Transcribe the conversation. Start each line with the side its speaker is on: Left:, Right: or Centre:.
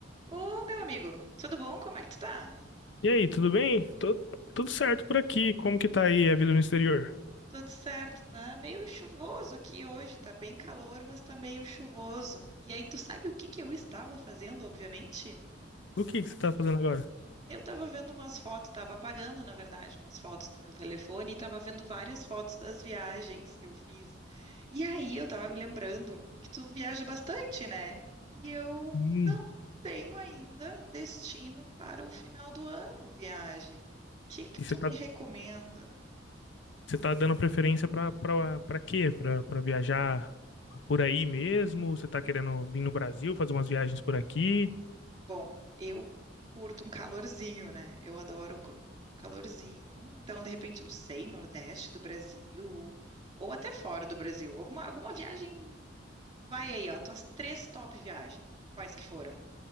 Right: Ô, meu amigo, tudo bom? Como é que tu tá?
Left: E aí, tudo bem? Tô- tudo certo por aqui. Como que tá aí a vida no exterior?
Right: Tudo certo, tá meio chuvoso aqui hoje, tá bem calor, mas tá meio chuvoso. E aí, tu sabe o que que eu estava fazendo, obviamente?
Left: O que que você tá fazendo agora?
Right: Eu estava vendo umas fotos, estava apagando, na verdade, umas fotos do meu telefone e estava vendo várias fotos das viagens que eu fiz. E aí, eu estava me lembrando que tu viaja bastante, né? E eu
Left: Hum,
Right: não tenho ainda destino para o final do ano, viagem. O que que
Left: E você
Right: tu
Left: tá,
Right: me recomenda?
Left: você tá dando preferência pra, pra, pra quê? Pra, pra viajar por aí mesmo? Você tá querendo vir no Brasil, fazer umas viagens por aqui?
Right: Bom, eu curto um calorzinho, né? Eu adoro cur- um calorzinho. Então, de repente, não sei, Nordeste do Brasil, ou até fora do Brasil. Alguma, alguma viagem. Vai aí, ó, tuas três top viagens. Quais que foram?